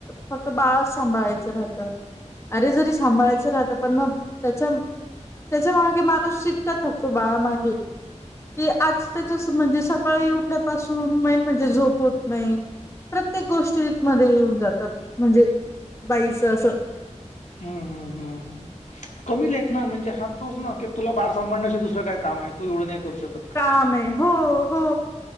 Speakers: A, on the left (about 20°); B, on the left (about 75°).
A: फक्त बाळचं सांभाळायचं राहतं अरे जरी सांभाळायचं राहतं पण मग त्याच्या त्याचा मागे माणूस शिक्का थकतो बाळा मागे. आज त्याच्या म्हणजे सकाळी उठल्यापासून मेन म्हणजे झोप होत नाही. प्रत्येक गोष्टी मध्ये येऊनं जातातं म्हणजे बाईचं असं
B: हम कमी लेखन म्हणजे हा तोच तुला बाळ सांभाण्याचे दुसरं काय काम तू एवढं नाही करू शकत. का?
A: काम आहे हो हो